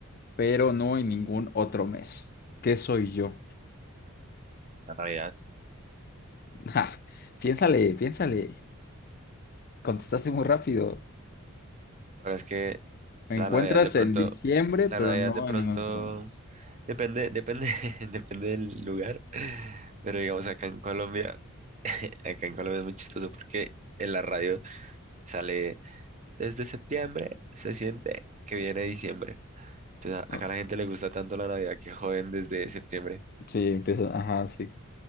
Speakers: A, on the left; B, on the right.
A: pero no en ningún otro mes. ¿Qué soy yo?
B: La Navidad.
A: <laughs> Ja, piénsale, piénsale. Contestaste muy rápido.
B: Bueno, es que la
A: Me encuentras
B: Navidad de pronto,
A: en diciembre, pero
B: la Navidad
A: no
B: de pronto,
A: en ningún otro mes.
B: depende, depende, <laughs> depende del lugar, pero digamos acá en Colombia, acá en Colombia es muy chistoso porque en la radio sale... Desde septiembre se siente que viene diciembre. Entonces, a-
A: No,
B: acá a la gente le gusta tanto la Navidad que joden desde septiembre
A: Sí, empieza. Ajá, sí.